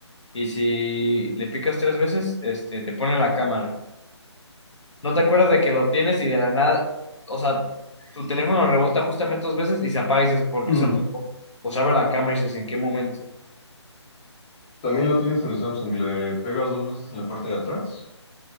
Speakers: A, on the left; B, on the left.
A: y si le picas tres veces, este, te pone la cámara. No te acuerdas de que lo tienes y de la nada, o sea, tu teléfono rebota justamente dos veces y se apaga y dices, ¿por
B: Ujú.
A: qué se apagó? O se abre la cámara y dices, ¿en qué momento?
B: También lo tienes en Samsung. Le pegas dos veces en la parte de atrás